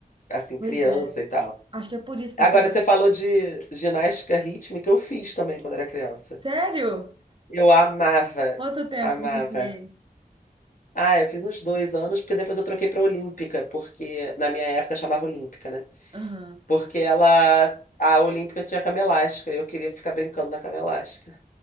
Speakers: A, on the left; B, on the right.
A: Assim,
B: Pois
A: criança
B: é,
A: e tal.
B: acho que é por isso, porque.
A: Agora, você falou de ginástica rítmica, eu fiz também quando era criança.
B: Sério?
A: Eu amava,
B: Quanto tempo
A: amava.
B: você fez?
A: Ah, eu fiz uns dois anos, porque depois eu troquei para Olímpica, porque na minha época chamava Olímpica, né?
B: Aham.
A: Porque ela, a Olímpica tinha cama elástica, eu queria ficar brincando na cama elástica.